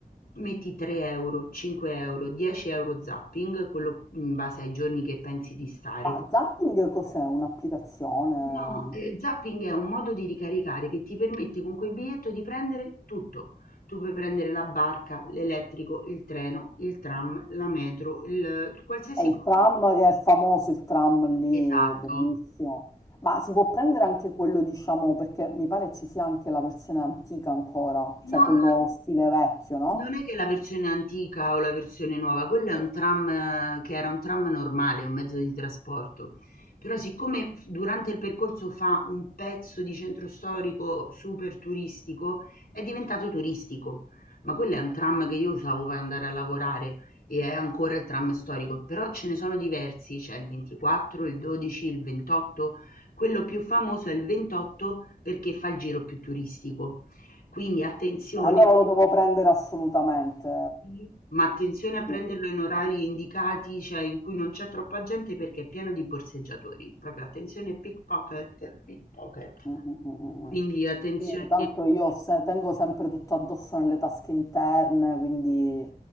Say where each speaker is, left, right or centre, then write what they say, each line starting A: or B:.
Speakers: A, on the left; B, on the left.
A: Metti 3 euro, 5 euro, 10 euro zapping, quello in base ai giorni che pensi di stare.
B: Ma Zapping cos'è? Un'applicazione?
A: No, ehm, zapping è un modo di ricaricare che ti permette con quel biglietto di prendere tutto. Tu puoi prendere la barca, l'elettrico, il treno, il tram, la metro, il qualsiasi
B: È il
A: cosa.
B: tram che è famoso, il tram lì,
A: Esatto.
B: bellissimo. Ma si può prendere anche quello, diciamo, perché mi pare ci sia anche la versione antica ancora, cioè
A: No,
B: quello
A: no,
B: stile vecchio, no?
A: non è che la versione antica o la versione nuova, quello è un tram eh, che era un tram normale, un mezzo di trasporto. Però siccome f- durante il percorso fa un pezzo di centro storico super turistico, è diventato turistico. Ma quello è un tram che io usavo per andare a lavorare e è ancora il tram storico, però ce ne sono diversi, c'è il 24, il 12, il 28. Quello più famoso è il 28 perché fa il giro più turistico quindi attenzione
B: E Allora lo devo prendere assolutamente.
A: sì, ma attenzione a prenderlo
B: Sì, Mm,
A: in orari indicati, cioè in cui non c'è troppa gente perché è pieno di borseggiatori. Proprio attenzione pickpocket, pickpocket.
B: mm, mm, mm.
A: Quindi
B: mm.
A: attenzione
B: Sì, tanto io se- tengo sempre tutto addosso nelle tasche interne, quindi